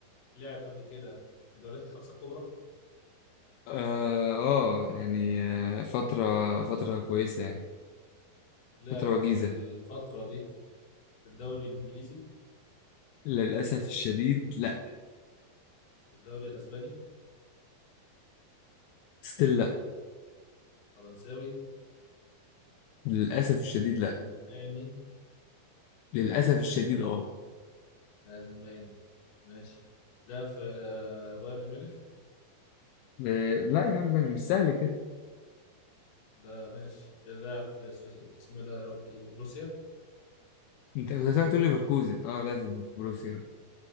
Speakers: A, on the left; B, on the left.
A: لاعب قبل كده في الدوريات الخمسة الكبرى
B: اه آه، يعني آه، فترة فترة كويسة يعني
A: لاعب
B: فترة وجيزة
A: في الفترة دي في الدوري الإنجليزي
B: للأسف الشديد لا
A: في الدوري الأسباني
B: ستيل لا
A: فرنساوي
B: للأسف الشديد لا
A: ألماني
B: للأسف الشديد اه
A: ألماني ماشي لاعب في آه، بايرن ميونخ
B: آه، لا يا عم بني مش سهل كده
A: ده ماشي بيلعب في سويس- اسمه إيه ده يا ربي بروسيا
B: انت كنت هتقول لي ليفركوزن اه لا في بروسيا